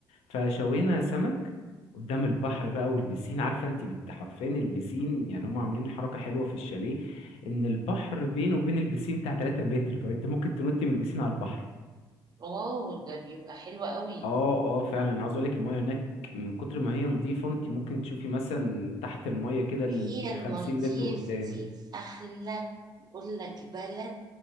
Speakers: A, on the left; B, on the right.
A: فشوينا سمك قدام البحر بقى والبسين عارفه انت بت- حرفيا البسين يعني هم عاملين حركه حلوه في الشاليه ان البحر بينه وبين البسين بتاع 3 متر فانت ممكن تنطي من البسين على البحر
B: واو ده بيبقى حلو قوي
A: اه اه فعلا عاوز اقولك المايه هناك من كتر ما هي نظيفة انت ممكن تشوفي مثلا تحت المايه كده الخمسين
B: هي المالديف
A: متر قدام
B: دي احلى اقول لك بلد